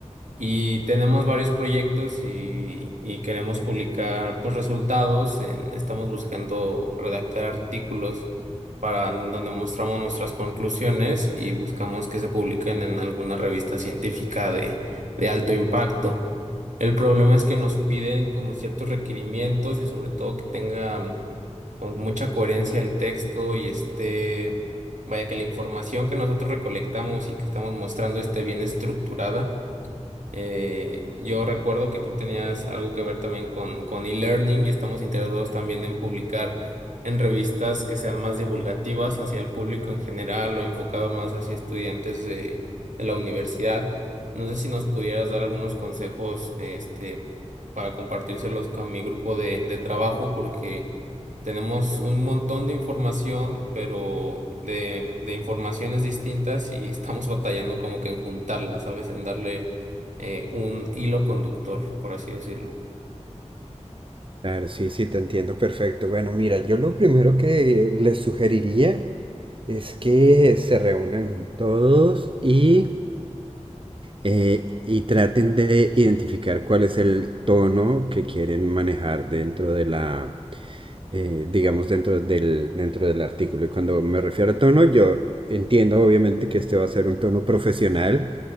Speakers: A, on the right; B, on the right.
A: y tenemos varios proyectos y, y queremos publicar pues, resultados, en- estamos buscando redactar artículos para donde mostramos nuestras conclusiones y buscamos que se publiquen en alguna revista científica de de alto impacto. El problema es que nos piden como ciertos requerimientos y sobre todo que tenga mm, con mucha coherencia el texto y este, vaya que la información que nosotros recolectamos y que estamos mostrando esté bien estructurada eh, yo recuerdo que tú tenías algo que ver también con, con e-learning y estamos interesados también en publicar en revistas que sean más divulgativas hacia el público en general o enfocado más hacia estudiantes de, de la universidad. No sé si nos pudieras dar algunos consejos, este, para compartírselos con mi grupo de, de trabajo porque tenemos un montón de información, pero de, de informaciones distintas y <laughs> estamos batallando como que en juntarlas, ¿sabes? En darle eh, un hilo conductor, por así decirlo.
B: Claro, sí, sí, te entiendo perfecto. Bueno, mira, yo lo primero que les sugeriría es que se reúnan todos y, eh, y traten de identificar cuál es el tono que quieren manejar dentro de la, eh, digamos, dentro del, dentro del artículo. Y cuando me refiero a tono, yo entiendo obviamente que este va a ser un tono profesional,